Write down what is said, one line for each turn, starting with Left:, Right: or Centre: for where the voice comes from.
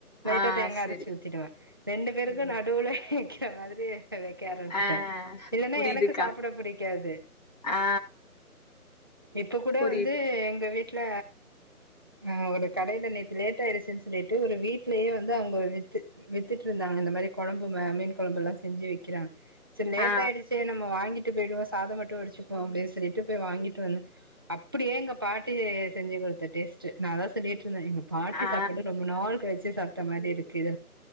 Right: லைட்டா
Left: ஆ
Right: தேங்கா
Left: செரி
Right: அரச்சு ஊத்திடுவே ரெண்டு பேருக்கு
Left: ம்
Right: நடுவுல வைக்கிற மாதிரி வைக்கே ஆரம்பிச்சுட்டே
Left: ஆ
Right: இல்லன்னா
Left: புரியுதுக்கா
Right: எனக்கு சாப்ட புடிக்காது
Left: ஆ
Right: இப்ப கூட
Left: புரியுது
Right: வந்து எங்க வீட் வீட்ல அ ஒரு கடைல நேத்து லேட் ஆயிடுச்சுன் சொல்லிட்டு ஒரு வீட் வீ்ட்லயே வந்து அவங்க வித்து வித்துட்ருந்தாங்க இந்த மாரி கொழம்பு ம மீன் கொழம்பு எல்லா செஞ்சு விக்கிறாங் செரி லேட்
Left: ஆ
Right: ஆயிடுச்சே நம்ம வாங்கிட்டு போயிடுவோ சாதோ மட்டு வடிச்சுப்போ அப்டின் சொல்லிட்டு போய் வாங்கிட்டு வந்தே அப்டியே எங்க பாட்டி செஞ்சு குடுத்த டேஸ்ட்டு நா அதா சொல்லிட்ருந்தே பாட்டி
Left: ஆ
Right: சாப்பாடு ரொம்ப நாள் கழிச்சு சாப்ட்ட மாரி இருக்கு